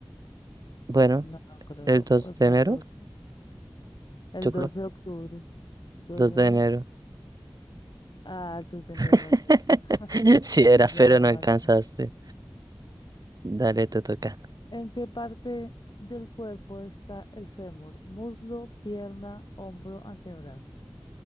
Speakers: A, on the right; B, on the left.
A: Bueno,
B: No, no creo.
A: el dos
B: O el
A: de
B: 14.
A: enero,
B: El
A: yo creo
B: 12
A: que
B: de octubre. 2
A: 2
B: de
A: de
B: enero.
A: enero.
B: Ah, entonces tenés
A: <laughs>
B: razón. <laughs>
A: Sí era,
B: Y yo
A: pero
B: no
A: no alcanzaste.
B: marqué.
A: Dale, te toca.
B: ¿En qué parte del cuerpo está el fémur? Muslo, pierna, hombro, antebrazo.